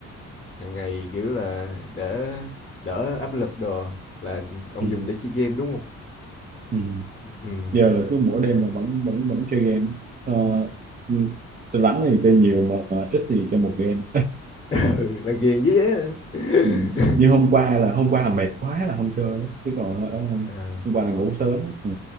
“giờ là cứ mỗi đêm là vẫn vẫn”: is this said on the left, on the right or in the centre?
Right